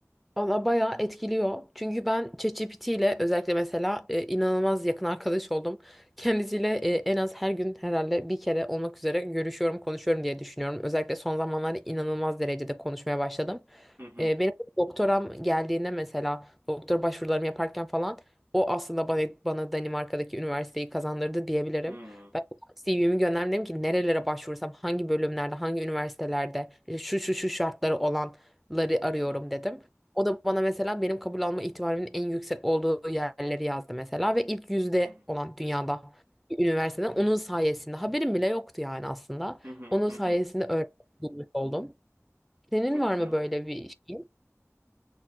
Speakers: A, in the centre; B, on the right.
A: Valla bayağı etkiliyor. Çünkü ben ChatGPT ile özellikle mesela e, inanılmaz yakın arkadaş oldum. Kendisiyle e, en az her gün herhalde bir kere olmak üzere görüşüyorum, konuşuyorum diye düşünüyorum. Özellikle son zamanlarda inanılmaz derecede konuşmaya başladım.
B: Hı hı.
A: E, benim doktoram geldiğinde mesela doktor başvurularımı yaparken falan o aslında bana, bana Danimarka'daki üniversiteyi kazandırdı diyebilirim.
B: Hı hı.
A: Ben CV'mi gönderdim dedim ki nerelere başvursam hangi bölümlerde hangi üniversitelerde işte şu şu şu şartları olanları arıyorum
B: Hı hı.
A: dedim. O da bana mesela benim kabul alma ihtimalimin en yüksek olduğu yerleri yazdı mesela ve ilk yüzde
B: Hı hı.
A: olan dünyada bir üniversiteden onun sayesinde haberim bile yoktu yani aslında.
B: Hı hı.
A: Onun
B: Hı
A: sayesinde
B: hı.
A: öğrenmiş oldum. Senin
B: Çok
A: var
B: güzel.
A: mı böyle bir şey?